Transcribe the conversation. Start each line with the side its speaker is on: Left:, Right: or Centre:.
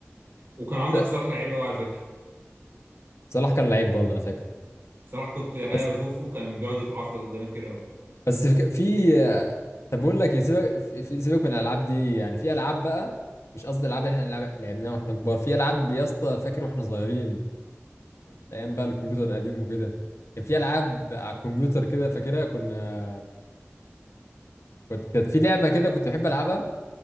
Right: وكان
Left: انت
Right: عندك صلاح لعيب قوي على فكره
Left: صلاح كان لعيب برضه انا فاكر
Right: صراحة كنت الحقيقة
Left: بس
Right: بشوفه كان بيقعد يتعفرط قدامي كتير قوي
Left: بس في في- طب بقول لك إيه، سيبك في في- سيبك من الالعاب دي يعني في العاب بقى مش قصدي الالعاب اللي احنا لعب- لعبناها واحنا كبار في العاب يا اسطى فاكر واحنا صغيرين الايام بقى الكمبيوتر القديم وكده كان في العاب على الكمبيوتر كده فاكرها كنا كنت كانت في لعبه كده كنت بحب العبها